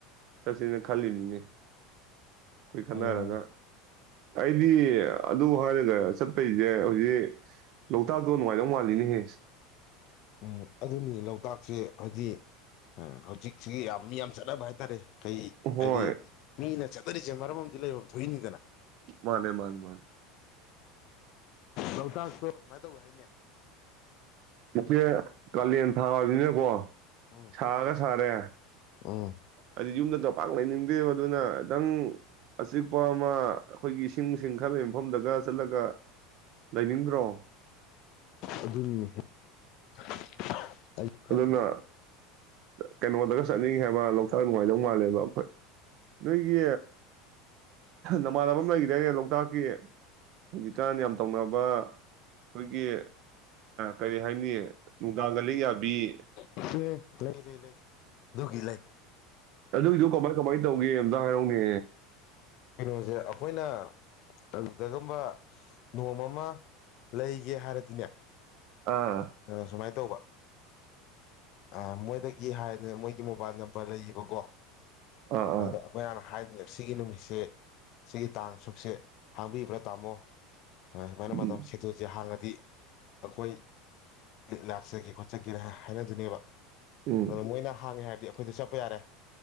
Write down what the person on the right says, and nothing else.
ꯆꯠꯁꯤꯅ ꯈꯜꯂꯤꯅꯤꯅꯤ ꯑꯩꯈꯣꯏ ꯈꯟꯅꯔꯒ
ꯑꯩꯗꯤ ꯑꯗꯨ ꯍꯥꯏꯔꯒ ꯆꯠꯄꯩꯁꯦ ꯍꯧꯖꯤꯛ ꯂꯣꯛꯇꯥꯛꯇꯣ ꯅꯨꯡꯉꯥꯏꯗꯧ ꯃꯥꯜꯂꯤꯅꯦꯍꯦ
ꯍꯣꯏ
ꯃꯥꯅꯦ ꯃꯥꯅꯦ ꯃꯥꯅꯦ
ꯏꯆꯦ ꯀꯥꯂꯦꯟ ꯊꯥꯅꯤꯅꯀꯣ
ꯁꯥꯥꯒ ꯁꯥꯔꯦ
ꯑꯗꯤ ꯌꯨꯝꯗ ꯄꯥꯛ ꯂꯩꯅꯤꯡꯗꯦ ꯃꯗꯨꯅ ꯈꯤꯇꯪ ꯑꯆꯤꯛꯄ ꯑꯃ ꯑꯩꯈꯣꯏꯒꯤ ꯏꯁꯤꯡꯁꯤꯡ ꯈꯜ ꯂꯩ ꯃꯐꯝꯗꯒ ꯆꯠꯂꯒ ꯂꯩꯅꯤꯡꯗ꯭ꯔꯣ
ꯑꯗꯨꯅ
ꯀꯩꯅꯣꯗꯒ ꯆꯠꯅꯤꯡꯉꯤ ꯍꯥꯏꯕ ꯂꯣꯛꯇꯥꯛ ꯅꯨꯡꯉꯥꯏꯗꯧ ꯃꯥꯜꯂꯦꯕ ꯑꯩꯈꯣꯏ ꯅꯣꯏꯒꯤ ꯅꯃꯥꯟꯅꯕ ꯂꯩꯈꯤꯗꯅꯦ ꯂꯣꯛꯇꯥꯛꯀꯤ ꯍꯧꯖꯤꯛꯀꯥꯟ ꯌꯥꯝ ꯇꯧꯅꯕ ꯑꯩꯈꯣꯏꯒꯤ ꯀꯔꯤ ꯍꯥꯏꯅꯤ ꯃꯅꯨꯡꯒꯥꯡꯒꯂꯤ ꯌꯥ <unintelligible>
ꯑꯗꯨꯒꯤꯗꯣ ꯀꯃꯥꯏ ꯀꯃꯥꯏ ꯇꯧꯒꯦ ꯑꯝꯇ ꯍꯥꯏꯔꯛꯅꯦ
ꯑꯥ
ꯑꯥ ꯑꯥ
ꯎꯝ
ꯎꯝ